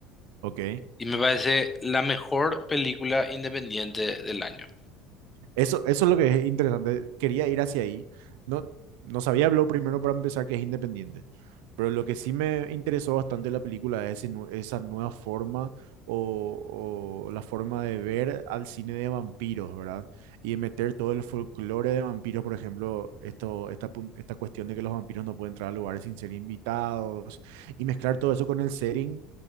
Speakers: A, on the right; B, on the left.
A: Ok.
B: y me parece la mejor película independiente del año.
A: Eso, eso es lo que es interesante. Quería ir hacia ahí. No, no sabía, habló primero para empezar que es independiente. Pero lo que sí me interesó bastante de la película es ese nue- esa nueva forma o, o la forma de ver al cine de vampiros, ¿verdad? Y de meter todo el folclore de vampiros, por ejemplo, esto, esta, pun- esta cuestión de que los vampiros no pueden entrar a lugares sin ser invitados, y mezclar todo eso con el setting